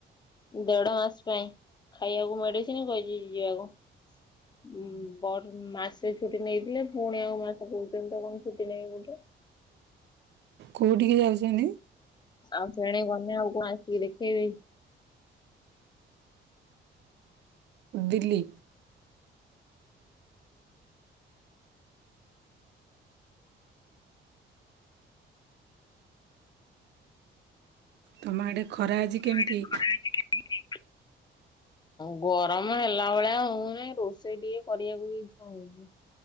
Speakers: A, on the left; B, on the right.
A: ଦେଢ ମାସ ପାଇଁ, ଖାଇବାକୁ ମେଡିସିନ କହିଚି ଯିବାକୁ। <unintelligible> ମାସେ ଛୁଟି ନେଇଥିଲେ ପୁଣି ଆଉ ମାସେ କହୁଛନ୍ତି ତ କଣ ଛୁଟି ନେବେ ବୋଲି।
B: କୋଉଠିକି ଯାଉଛନ୍ତି?
A: ଆଉ ସେଣେ ଗଲେ ଆଉ କଣ ଆସିକି ଦେଖେଇବେ।
B: ଦିଲ୍ଲୀ। ତମଆଡେ ଖରା ଆଜି
A: ତମଆଡେ
B: କେମିତି?
A: ଖରା ଆଜି କେମିତି ହେଇଚି? ଗରମ ହେଲା ଭଳିଆ ହଉନି, ରୋଷେଇ ଟିକେ କରିବାକୁ ବି ଇଛା ହଉନି।